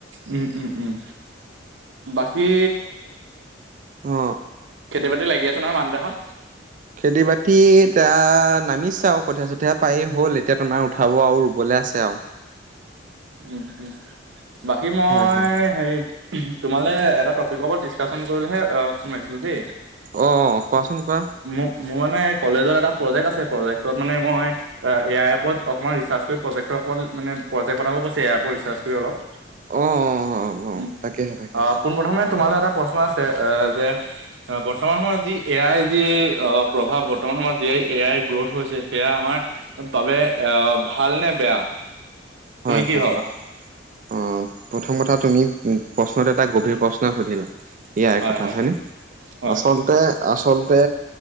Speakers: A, on the right (about 70°); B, on the right (about 40°).
A: উম, উম, উম, বাকী
B: অ
A: খেতি-বাতি লাগি আছে নহয় মানুহ দেহাহণ।
B: খেতি বাতিত আ, নামিছা আৰু কঠীয়া চঠীয়া পায়ে হ'ল এতিয়া তোমাৰ উঠাব আৰু ৰুব লে লে আছে আৰু।
A: উ, উম, বাকী মই
B: হয় হয়
A: হে, তোমালে এটা টপিকৰ ওপৰত ডিচকাচন কৰিলেহে এ, সোমাইছো। <unintelligible>
B: অ কোৱাচোন কোৱা
A: মোৰ মানে কলেজৰ এটা প্ৰজেক্ট আছে প্ৰজেক্টত মানে মই এ, এ আই ৰ ওপৰত অকণমান ৰিচাৰ্চ কৰি প্ৰজেক্টৰ মানে প্ৰেক্ট বনাব কৈছে এ আইৰ ওপৰত ৰিচাৰ্চ কৰি অলপ।
B: অ অ অ
A: উ,
B: তাকেহে তাকেহে
A: আহ পোনপ্ৰথমে তোমালে এটা প্ৰশ্ন আছে এ, যে বৰ্তমান সময়ত যি এ আইৰ যি প্ৰভাৱ বৰ্তমান সময়ত যি এ আই গ্ৰথ হৈছে সেয়া আমাৰ বাবে আহ ভাল নে বেয়া? তুমি
B: হয়,
A: কি
B: হয়,
A: ভাবা
B: অঁ, প্ৰথম কথা তুমি প্ৰশ্নটো এটা গভীৰ প্ৰশ্নই সুধিলা এ আইৰ
A: হয়
B: কথা
A: হয়
B: হয়নে?
A: হয়
B: আচলতে আচলতে